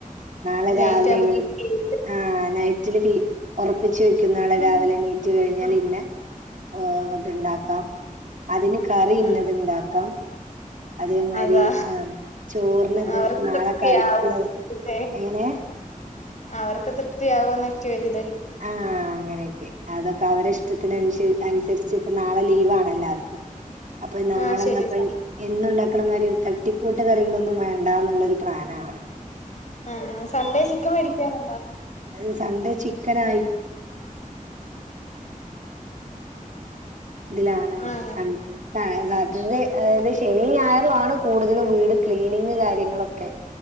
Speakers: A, on the right; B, on the left.
A: നാളെ
B: നൈറ്റ്
A: രാവിലെ
B: ആവുമ്പോ
A: എണീ
B: തിരിച്ച്
A: ആഹ് നൈറ്റില് തീ ഒറപ്പിച്ച് വെക്ക് ക്കും നാളെ
B: ഉം
A: രാവിലെ എനീറ്റ് കഴിഞ്ഞാല്
B: ആ
A: ഇന്ന ഓ ഇത്ണ്ടാക്കാം അതിന് കറിയിന്നത്ണ്ടാക്കാം.
B: ആ
A: അതേ മാരി
B: അതാ
A: ആഹ് ചോറ്നിത്
B: അവർക്കൊക്കെ
A: അപ്പ നാളെ
B: ഫ്രീ
A: കറിക്ക്ള്ളത്
B: ആവും ഏ
A: എങ്ങനെ
B: അവർക്ക് തൃപ്തി ആവോന്നെക്കൊര്
A: ആഹ് അങ്ങനെയൊക്കെ അതൊക്കെ അവരെഷ്ട ത്ത്നൻഷര് അൻസര്ച്ച്പ്പൊ നാളെ ലീവാണെല്ലാർക്കും അപ്പൊ നാളെ
B: ആഹ് ശരി
A: ന്നപ്പോ എന്നുണ്ടാ ക്കണ മാരി ഒര് തട്ടി കൂട്ടി കറികളൊന്നും വേണ്ടാന്ന്ള്ളൊരു പ്ലാനാണ്
B: ആഹ് സൺ‌ഡേ ചിക്കൻ വേടിക്കാറ്
A: അത്‌ സൺ‌ഡേ ചിക്കാനാ തിലാണ്
B: ആഹ്
A: കൺ ആഹ് നാട്ടില് അതായത് ശനിയും ഞായറും ആണ് കൂടുതലും വീട് ക്ലീനിങ് കാര്യങ്ങളൊക്കെ